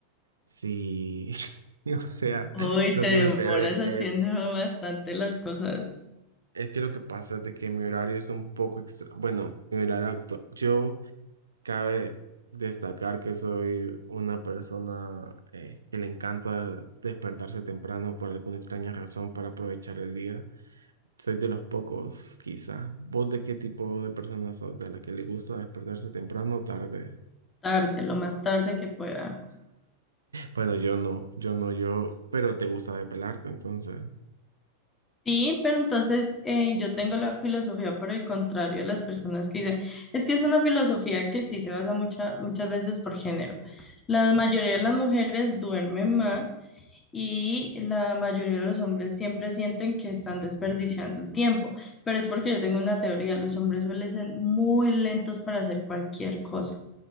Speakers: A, on the right; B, on the left.
A: Sí, <laughs> o sea,
B: Hoy
A: lo
B: te
A: que
B: demoras
A: sucede es,
B: haciendo bastante las cosas
A: es que lo que pasa es de que mi horario es un poco extra, bueno, mi horario actual, yo cabe destacar que soy una persona eh, que le encanta despertarse temprano por alguna extraña razón para aprovechar el día. Soy de los pocos, quizás. ¿Vos de qué tipo de persona sos? ¿De la que le gusta despertarse temprano o tarde?
B: tarde, lo más tarde que pueda.
A: Bueno, yo no, yo no, yo, pero te gusta depelarte, entonces.
B: Sí, pero entonces eh, yo tengo la filosofía por el contrario a las personas que dicen, es que es una filosofía que sí se basa mucha- muchas veces por género. La mayoría de las mujeres duermen más y la mayoría de los hombres siempre sienten que están desperdiciando el tiempo, pero es porque yo tengo una teoría, los hombres suelen ser muy lentos para hacer cualquier cosa.